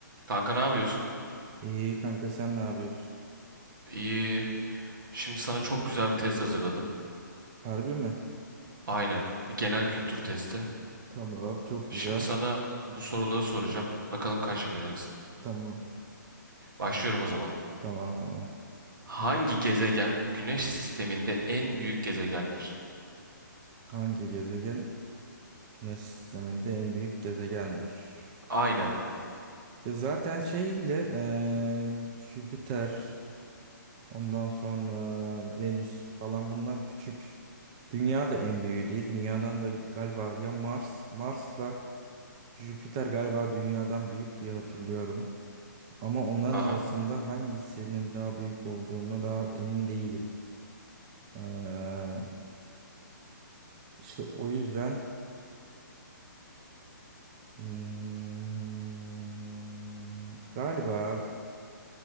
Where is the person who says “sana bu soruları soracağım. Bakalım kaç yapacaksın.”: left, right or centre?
Right